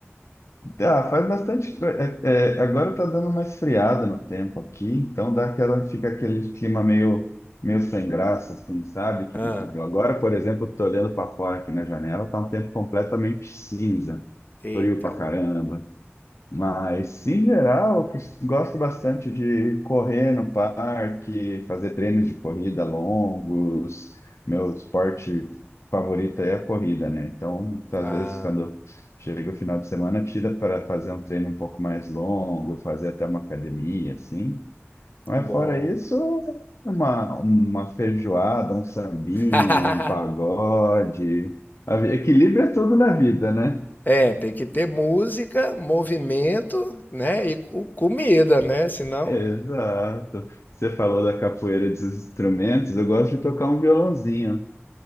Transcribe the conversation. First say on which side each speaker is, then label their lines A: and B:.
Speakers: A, on the left; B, on the left.
A: ah, faz bastante. co- É, é, agora tá dando uma esfriada no tempo aqui, então dá aquela, fica aquele clima meio, meio sem graça, assim, sabe? Que,
B: Ah,
A: que- agora, por exemplo, eu tô olhando para fora aqui na janela, tá um tempo completamente cinza,
B: eita,
A: frio pra caramba. Mas, em geral, eu gosto bastante de correr no parque, fazer treinos de corrida longos. Meu esporte favorito é a corrida, né? Então, às
B: ah,
A: vezes, quando chega o final de semana, tira para fazer um treino um pouco mais longo, fazer até uma academia, assim. Mas,
B: bom.
A: fora isso, uma, uma feijoada, um sambinha,
B: <laughs>
A: um pagode. A vi- Equilíbrio é tudo na vida, né?
B: É, tem que ter música, movimento, né? E co- comida, né? Senão
A: Exato. Você falou da capoeira dos instrumentos, eu gosto de tocar um violãozinho.